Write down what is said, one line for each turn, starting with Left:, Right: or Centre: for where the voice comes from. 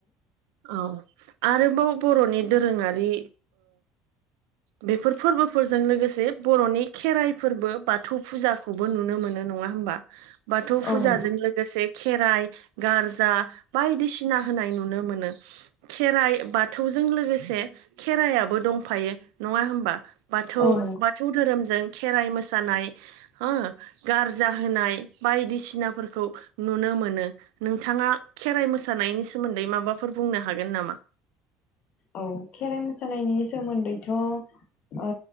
Right: औ। आरोबाव बर'नि दोरोङारि बेफोर फोरबोफोरजों लोगोसे बर'नि खेराइ फोरबो बाथौ फुजाखौबो नुनो मोनो। नङा हबा बाथौ फुजाजों
Left: औ नंगौ
Right: लोगोसे खेराइ गारजा बायदिसिना होनाय नुनो मोनो खेराइ बाथौजों लोगोसे खेरायाबो दंफायो नङा हबा बाथौ
Left: औ नंगौ
Right: बाथौ धोरोम दों खेराइ मोसानाय हा गारजा होनाय बायदिसिनाफोरखौ नुनो मोनो। नोंथाङा खेराइ मोसानायनि सोमोन्दै माबाफोर बुंनो हागोन नामा?
Left: औ खेराइ मोसानायनि सोमोन्दैथ' ओ